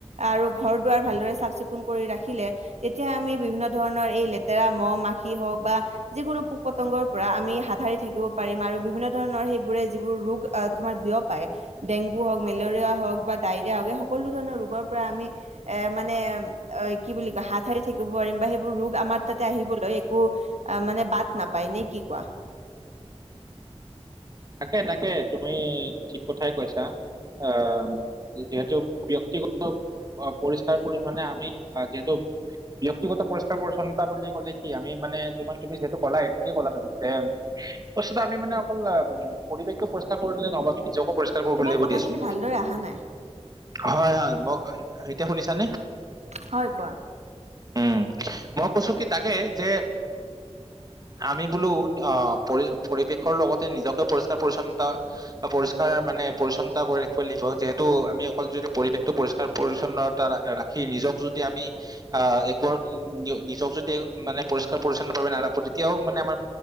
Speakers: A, on the right; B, on the right.
A: আৰু ঘৰ-দুৱাৰ ভালদৰে চাফ-চিকুণ কৰি ৰাখিলে, তেতিয়া আমি বিভিন্ন ধৰণৰ এই লেতেৰা মহ-মাখি হওঁক বা যিকোনো পোক-পতংগৰ পৰা আমি হাত হাৰি থাকিব পাৰিম। আৰু বিভিন্ন ধৰণৰ সেইবোৰে যিবোৰ ৰোগ অ'- তোমাৰ দিব পাৰে। ডেংগু হওঁক, মেলেৰিয়া হওঁক বা ডাইৰিয়া হওঁক, এই সকলো ধৰণৰ ৰোগৰ পৰা আমি এ- মা নে অ' কি বুলি কয়, হাত সাৰি থাকিব পাৰিম বা সেইবোৰ ৰোগ আমাৰ তাতে আহিবলৈ একো অ'- মানে বাট নাপায়, নে কি কোৱা?
B: তাকে - তাকে, তুমি ঠিক কথাই কৈছা। অ', যিহেতু ব্যক্তিগত পৰিষ্কাৰ পৰিহনে আমি, অ'- যিহেতু ব্যক্তিগত পৰিষ্কাৰ-পৰিচ্ছন্নতা বুলি ক'লে কি, আমি মানে তোমাৰ তুমি যিহেতু ক'লায়ে, ঠিকে ক'লা তুমি যে বস্তুটো আমি মানে অকল অ'- পৰিৱেশক পৰিষ্কাৰ কৰিলে নহব। আমি নিজকো পৰিষ্কাৰ কৰিব
A: তোমাৰ
B: লাগিব
A: কথাখিনি
B: দিয়াচোন।
A: ভালদৰে অহা নাই
B: হয় - হয়, ম- এতিয়া শুনিছানে?
A: হয়, কোৱা?
B: উম। মই কৈছোঁ কি তাকে, যে আমি বোলো, অ'- পৰি- পৰিৱেশৰ লগতে নিজক পৰিষ্কাৰ-পৰিচ্ছন্তা- পৰিষ্কাৰ মানে, পৰিচ্ছন্তা কৰি ৰাখিব লাগিব। যিহেতু আমি অকল যদি পৰি বেশটো পৰিষ্কাৰ-পৰিছন্নতা ৰাখি নিজক যদি আমি অ'- একো আৰ নিজক যদি মানে পৰিষ্কাৰ-পৰিছন্নভাবে নাৰাখোঁ, তেতিয়াও মানে আমাৰ